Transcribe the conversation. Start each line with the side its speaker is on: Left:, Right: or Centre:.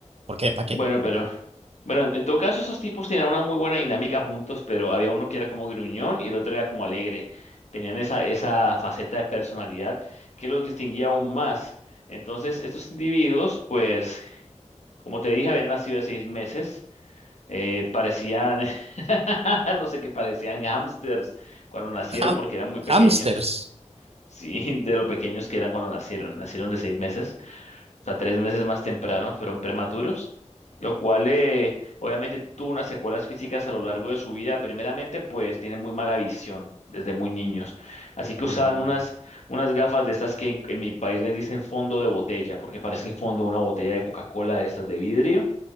Right: ¿Por qué?
Left: bueno,
Right: ¿Para qué?
Left: pero. Bueno, en, en todo caso, esos tipos tenían una muy buena dinámica juntos, pero había uno que era como gruñón y el otro era como alegre. Tenían esa, esa faceta de personalidad que los distinguía aún más. Entonces, estos individuos, pues, como te dije, habían nacido de seis meses. eh, parecían, <laughs> no sé qué, parecían hámsters cuando nacieron
Right: Ham-
Left: porque eran muy pequeños.
Right: hamsters.
Left: Sí, de lo pequeños que eran cuando nacieron. Nacieron de seis meses sea, tres meses más temprano, fueron prematuros, lo cual eh, obviamente tuvo unas secuelas físicas a lo largo de su vida. Primeramente, pues tienen muy mala visión desde muy niños. Así que
Right: Mm.
Left: usaban unas, unas gafas de estas que en, en mi país les dicen fondo de botella, porque parece el fondo de una botella de Coca-Cola de estas de vidrio,